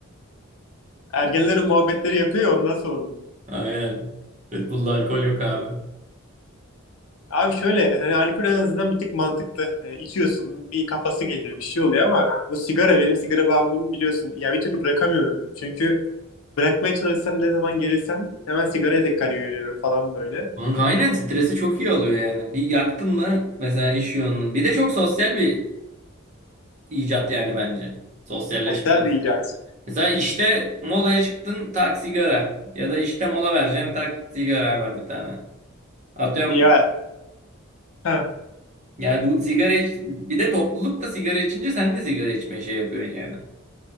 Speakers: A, on the left (about 80°); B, on the right (about 35°).
A: Ergenlerin muhabbetleri yapıyor ya, ondan sordum.
B: Aynen. Red Bull'da alkol yok abi.
A: Abi şöyle hani alkol en azından bir tık mantıklı. Hani içiyorsun bir kafası geliyor bir şey oluyor ama bu sigara benim sigara bağımlılığımı biliyorsun. Ya bir türlü bırakamıyorum. Çünkü bırakmaya çalışsam ne zaman gerilsem hemen sigaraya tekrar yöneliyorum falan böyle.
B: Kanka aynen stresi çok iyi alıyor yani. Bir yaktın mı mesela iş yoğunluğu. Bir de çok sosyal bir icat yani bence. Sosyalleşme.
A: Otel bir icat.
B: Mesela işte molaya çıktın tak sigara. Ya da işte mola vereceksin tak sigara hemen bir tane. Atıyorum
A: Ya ha.
B: Yani bu sigara iç... bir de topluluk da sigara içince sen de sigara içmeye şey yapıyorsun yani.